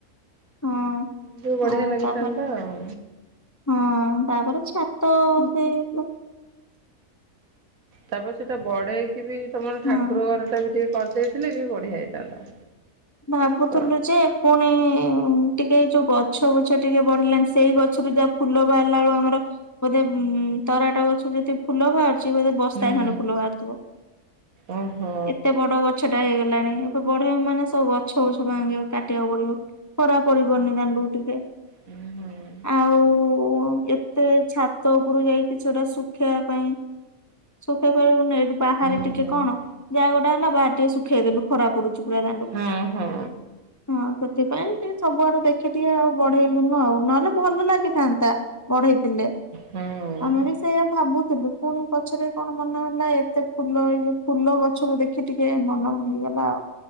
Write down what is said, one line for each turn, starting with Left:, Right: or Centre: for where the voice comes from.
Left: ହଁ
Right: ଯୋଉ ବଢିଆ
Left: ଆଉ
Right: ଲାଗିଥାନ୍ତା
Left: ତାପରେ
Right: ଆଉ।
Left: ହଁ ତାପରେ ଛାତ ସେଇ
Right: ତାପରେ ସେଟା ବଢ଼େଇକି ବି ତମର ଠାକୁର
Left: ହଁ।
Right: ଘର ଟା ବି ଟିକେ କରିଦେଇଥିଲେ ବି ବଢ଼ିଆ ହେଇଥାନ୍ତା।
Left: ଭାବୁଥୁଲୁ
Right: ତ
Left: ଯେ ପୁଣି ଉୁଁ ଟିକେ ଏଇ ଯୋଉ ଗଛ ର୍ବୁଛ ଟିକେ ବଢ଼ିଲାଣି ସେଇ ଗଛରୁ ଯା ଫୁଲ ବାହାଲା ଏଳୁ ଆମର ବୋଧେ ତରାଟ ଗଛ ଯଦି ଫୁଲ ବାହାରୁ ଚ଼ି ବୋଧେ ବସ୍ତାଏ
Right: ହୁଁ
Left: ଖଣ୍ଡେ ଫୁଲ ବାହାରୁଥିବ।
Right: ଓହୋ।
Left: ଏତେ ବଡ଼ ଗ ଛଟା ହେଇଗଲାଣି ଆକୁ ବଢ଼େଇଆ ମାନେ ସ୍ ତ ଗଛ ବୁଛ ଭାଙ୍ଗିଆକୁ କାଟିଆକୁ ପଡ଼ିବ ଖରା ପରିବନି ଦାଣ୍ଡକୁ ଟିକେ।
Right: ହୁଁ ହୁଁ।
Left: ଆଉ ଏତେ ଛାତ ଉପରୁ ଯାଇକି ଶେଗୁଡ଼ା ଶୁଖେଇଆ ପାଇଁ ଶୁଖେଇ ପାରିବୁନି ଏଠି ବାହାରେ
Right: ଉଁ
Left: ଟିକେ
Right: ହୁଁ
Left: କଣ ଯା ଗୋଟେ ହେଲା ବାହାରେ ଟିକେ ଶୁଖେଇଦେଲୁ ଖରା ପଡ଼ୁଚି ପୁରା ଦାଣ୍ଡୁ
Right: ହୁଁ ହଁ।
Left: ହଁ ସେଥିପାଇଁ ଟିକେ ସବୁଆଡ଼ୁ ଦେଖି ଟିକେ ଆଉ ବଢ଼େଇଲୁନୁ ଆଉ ନହେଲେ ଭଲ ଲାଗିଥାନ୍ତା। ବଢ଼େଇଥିଲେ
Right: ହଁ।
Left: ଆମେ ବି ସେ ସେୟା ଭାବୁଥୁଲୁ ପୁଣି ପଛରେ କଣ ମନ ହେଲା ଏତେ ଫୁଲ ହେଇ ଫୁଲ ଗଛକୁ ଦେଖ୍ ଖି ଟିକେ ମନ ଭାଙ୍ଗିଗଲା ଆଉ।